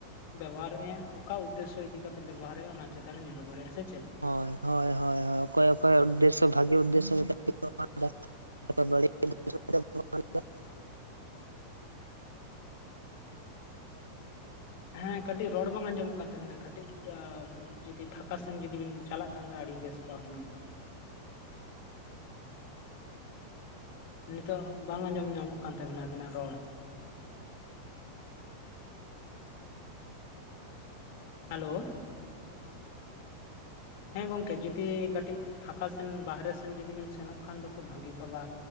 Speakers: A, on the left; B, on the right.
A: ᱵᱮᱵᱚᱦᱟᱨᱮᱫᱼᱟ ᱚᱠᱟ ᱩᱫᱫᱮᱥᱚ ᱤᱫᱤ ᱠᱟᱛᱮᱫ ᱵᱮᱵᱚᱦᱟᱨᱮᱫᱼᱟ ᱚᱱᱟ ᱪᱮᱛᱟᱱ ᱨᱮ ᱱᱤᱨᱵᱷᱚᱨᱮᱜᱼᱟ ᱥᱮ ᱪᱮᱫ
B: ᱦᱳᱭ ᱦᱳᱭ ᱦᱳᱭ ᱦᱳᱭ ᱚᱠᱚᱭ ᱚᱠᱚᱭ ᱩᱫᱫᱮᱥᱚ ᱵᱷᱟᱜᱮ ᱩᱫᱫᱮᱥᱚ ᱠᱟᱛᱮᱫ ᱠᱚ ᱵᱮᱣᱦᱟᱨ ᱮᱫᱟ᱾ <unintelligible>
A: ᱮᱫ <inaudible> ᱦᱮᱸ ᱠᱟᱹᱴᱤᱡ ᱨᱚᱲ ᱵᱟᱝ ᱟᱸᱡᱚᱢᱚᱜ ᱠᱟᱱ ᱛᱟᱹᱵᱤᱱᱟ ᱠᱟᱹᱴᱤᱡ ᱡᱩᱫᱤ ᱯᱷᱟᱸᱠᱟᱥᱮᱱ ᱡᱩᱫᱤᱵᱤᱱ ᱪᱟᱞᱟᱜ ᱠᱷᱟᱱ ᱫᱚ ᱟᱹᱰᱤ ᱵᱮᱥ ᱠᱚᱜᱼᱟ ᱦᱩᱱᱟᱹᱝ ᱱᱤᱛᱚᱜ ᱵᱟᱝ ᱟᱸᱡᱚᱢ ᱧᱟᱢᱚᱜ ᱠᱟᱱ ᱛᱟᱵᱤᱱᱟ ᱟᱵᱤᱱᱟᱜ ᱨᱚᱲ ᱦᱮᱞᱳ ᱦᱮᱸ ᱜᱚᱝᱠᱮ ᱡᱩᱫᱤ ᱠᱟᱹᱴᱤᱡ ᱯᱷᱟᱸᱠᱟ ᱥᱮᱱ ᱵᱟᱦᱨᱮ ᱥᱮᱱ ᱡᱚᱫᱤ ᱵᱤᱱ ᱥᱮᱱᱚᱜ ᱠᱷᱟᱱ ᱫᱚ ᱠᱷᱩᱯ ᱵᱷᱟᱜᱤ ᱠᱚᱜᱼᱟ